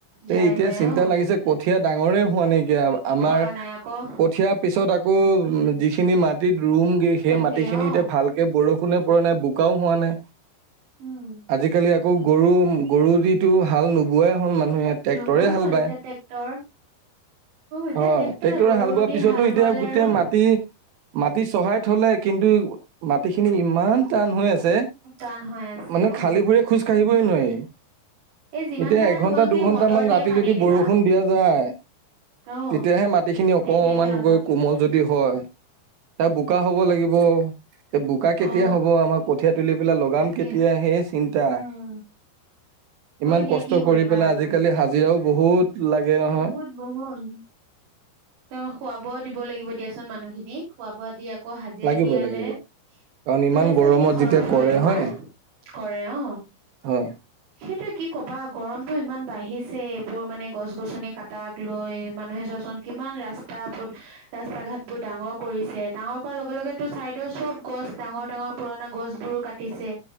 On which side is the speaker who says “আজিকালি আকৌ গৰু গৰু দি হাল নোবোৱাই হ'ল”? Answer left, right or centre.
Right